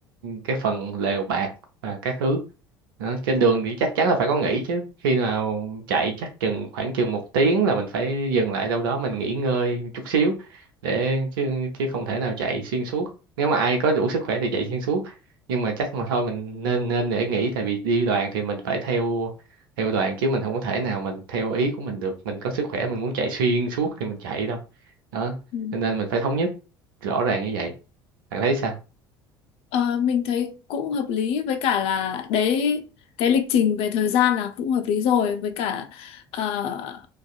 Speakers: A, on the right; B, on the left.
A: cái phần lều bạt và các thứ đó. trên đường thì chắc chắn là phải có nghỉ chứ khi nào chạy chắc chừng khoảng chừng một tiếng là mình phải dừng lại đâu đó mình nghỉ ngơi chút xíu để chứ chứ không thể nào chạy xuyên suốt nếu mà ai có đủ sức khỏe thì chạy xuyên suốt nhưng mà chắc mà thôi mình nên nên để nghỉ tại vì đi đoàn thì mình phải theo theo đoàn chứ mình không có thể nào mình theo ý của mình được mình có sức khỏe mình muốn chạy xuyên suốt thì mình chạy đâu đó
B: Ừ.
A: cho nên mình phải thống nhất rõ ràng như vậy bạn thấy sao
B: Ờ, mình thấy cũng hợp lý với cả là đấy cái lịch trình về thời gian là cũng hợp lý rồi với cả ờ,